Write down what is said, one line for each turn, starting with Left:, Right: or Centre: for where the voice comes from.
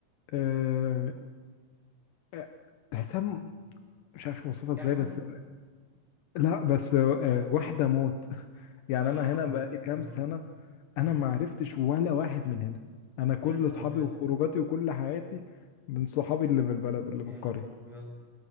Left: آه، آه، تحسها م- مش عارف اوصفها
Centre: جافة
Left: ازاي بس لا بس آه، واحدة موت <laughs> يعني
Centre: اه
Left: انا هنا بقالي كام
Centre: اه
Left: سنة
Centre: مم.
Left: انا ما عرفتش ولا واحد من هنا انا كل
Centre: يا نهار
Left: اصحابي
Centre: ابيض
Left: وخروجاتي وكل حياتي من صحابي اللي من البلد اللي
Centre: يا
Left: من القرية
Centre: نهار ابيض